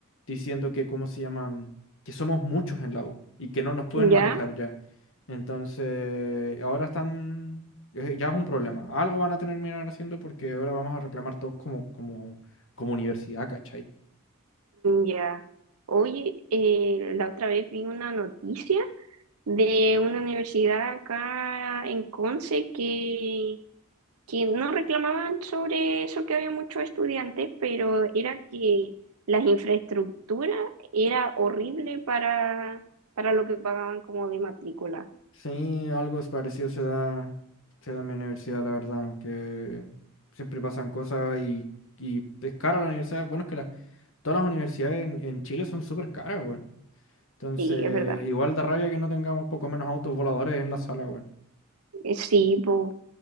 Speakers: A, on the left; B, on the right.
A: diciendo que, ¿cómo se llaman? Que somos muchos en la U y que no nos pueden
B: ya,
A: manejar ya. Entonces, ahora están, eh, ya es un problema. Algo van a tener que mirar haciendo porque ahora vamos a reclamar todos como, como, como universidad, ¿cachai?
B: ya. Oye, eh, la otra vez vi una noticia de una universidad acá en Conce que, que no reclamaban sobre eso que había muchos estudiantes, pero era que las infraestructuras era horrible para, para lo que pagaban como de matrícula.
A: Sí, algo es parecido se da, se da en mi universidad, la verdad, aunque siempre pasan cosas y, y es cara la universidad. Bueno, es que las- todas las universidades en, en Chile son súper caras, weón. Entonces,
B: Sí, es verdad.
A: igual da rabia que no tengamos poco menos autos voladores en la sala, weón.
B: Eh, Sí, pues